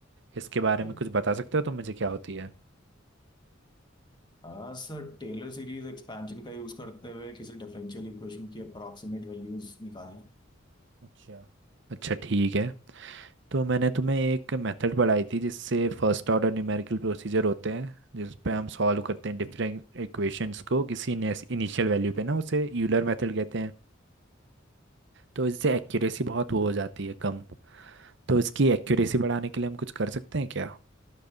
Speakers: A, on the right; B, on the left.
A: इसके बारे
B: जी
A: में कुछ बता सकते हो तुम मुझे क्या होती है
B: हाँ सर टेलर सीरीज एक्सपेंशन का यूज करते हुए किसी डिफरेंशियल इक्वेशन की अप्रॉक्सीमेट वैल्यूज निकालें
A: अच्छा अच्छा ठीक है तो मैंने तुम्हें एक मेथड पढ़ाई थी जिससे फर्स्ट ऑर्डर न्यूमेरिकल प्रोसीजर होते हैं जिस पे हम सॉल्व करते हैं डिफरेंट इक्वेशंस को किसी इनिशियल वैल्यू पे ना उसे यूलर मेथड कहते हैं तो इससे एक्यूरेसी बहुत वो हो जाती है कम तो इसकी एक्यूरेसी बढ़ाने के लिए हम कुछ कर सकते हैं क्या